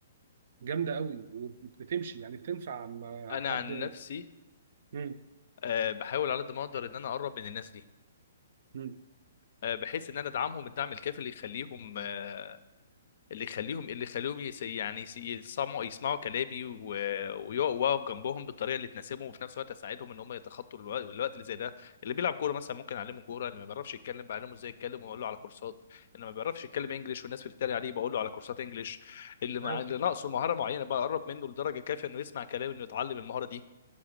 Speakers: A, on the right; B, on the left.
A: جامده قوي وبتمشي يعني بتنفع مع
B: انا
A: حد
B: عن نفسي
A: مم.
B: آه، بحاول على قد ما اقدر ان انا اقرب من الناس دي
A: مم.
B: آه، بحيث ان انا ادعمهم الدعم الكافي اللي يخليهم آه، اللي يخليهم اللي يخليهم يس- يعني يس- يسمعوا يسمعوا كلامي و- ويقفوا واقف جنبهم بالطريقه اللي تناسبهم وفي نفس الوقت اساعدهم ان هم يتخطوا الوقت, الوقت اللي زي ده اللي بيلعب كوره مثلا ممكن اعلمه كوره اللي ما بيعرفش يتكلم بعلمه ازاي يتكلم واقول له على كورسات اللي ما بيعرفش يتكلم انجليش والناس بتتريق عليه بقول له على كورسات انجليش اللي مع
A: ايوه صح
B: اللي ناقصه مهاره معينه بقرب منه لدرجه كافيه انه يسمع كلامي انه يتعلم المهاره دي